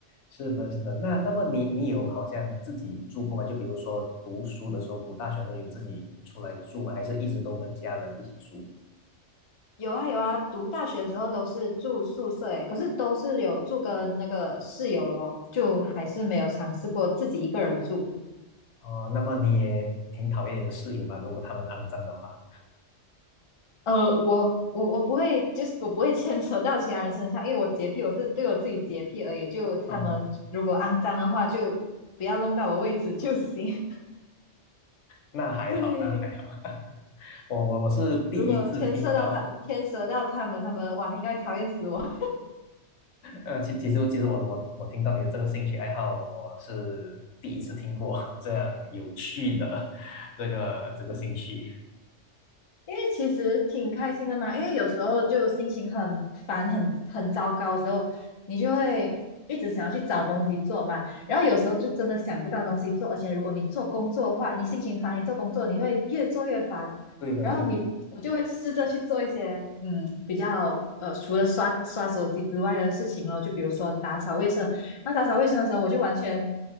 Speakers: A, on the left; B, on the left.
A: 是的，是的。那那么你你有好像自己住过吗？就比如说读书的时候，读大学的时候有自己出来住吗？还是一直都跟家人一起住？
B: 有啊有啊，读大学的时候都是住宿舍诶，可是都是有住跟那个室友咯，就还是没有尝试过自己一个人住。
A: 哦，那么你也挺讨厌你的室友吧？如果他们肮脏的话，
B: 呃，我我我不会，就是我不会牵扯到其他人身上，因为我洁癖，我是对我自己洁癖而已。就他们如果肮脏的话，
A: 嗯，
B: 就不要弄到我位置就行。<laughs>
A: 那还好，
B: 对，
A: 那还好。<laughs> 我我我是第一次听到，
B: 如果牵扯到他，牵扯到他们，他们哇，应该讨厌死我。
A: 呃，其其实其实我我我听到你的这个兴趣爱好，我是第一次听过这样有趣的 <laughs> 这个这个兴趣。
B: 因为其实挺开心的嘛，因为有时候就心情很烦、很很糟糕的时候，你就会一直想要去找东西做嘛。然后有时候就真的想不到东西做，而且如果你做工作的话，你心情烦，你做工作你会越做越烦，
A: 对的，
B: 然后你我就会试着去做一些嗯比较呃除了刷刷手机之外的事情咯，
A: 对的。
B: 就比如说打扫卫生。那打扫卫生的时候，我就完全